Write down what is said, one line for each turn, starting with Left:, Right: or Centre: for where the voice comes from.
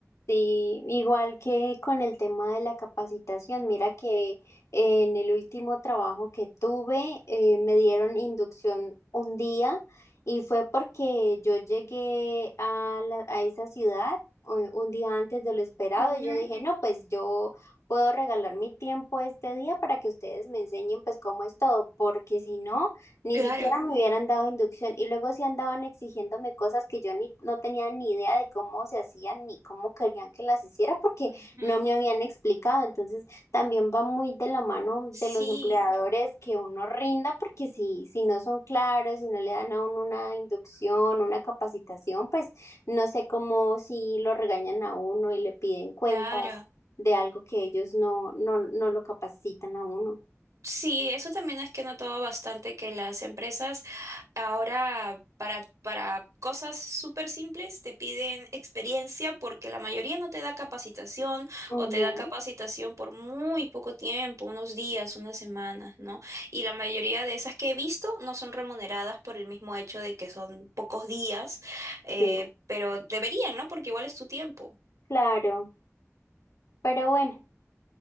Left: Sí, igual que con el tema de la capacitación, mira que en el último trabajo que tuve eh, me dieron inducción un día y fue porque yo llegué a, la- a esa ciudad un, un día antes de lo esperado
Right: Ujú,
Left: y yo dije, no, pues yo puedo regalar mi tiempo este día para que ustedes me enseñen pues cómo es todo, porque si no... Ni
Right: Claro.
Left: siquiera me hubieran dado inducción y luego sí andaban exigiéndome cosas que yo ni, no tenía ni idea de cómo se hacían ni cómo querían que las hiciera porque
Right: Ujú,
Left: no me habían explicado. Entonces también va muy de la mano de
Right: Sí,
Left: los empleadores que uno rinda porque si, si no son claros, si no le dan a uno una inducción, una capacitación, pues no sé cómo si lo regañan a uno y le piden cuentas
Right: claro.
Left: de algo que ellos no, no, no lo capacitan a uno.
Right: Sí, eso también es que he notado bastante que las empresas Ahora, para, para cosas súper simples, te piden experiencia porque la mayoría no te da capacitación
Left: Ujú,
Right: o te da capacitación por muy poco tiempo, unos días, unas semanas, ¿no? Y la mayoría de esas que he visto no son remuneradas por el mismo hecho de que son pocos días, eh,
Left: sí,
Right: pero deberían, ¿no? Porque igual es tu tiempo.
Left: claro. Pero bueno,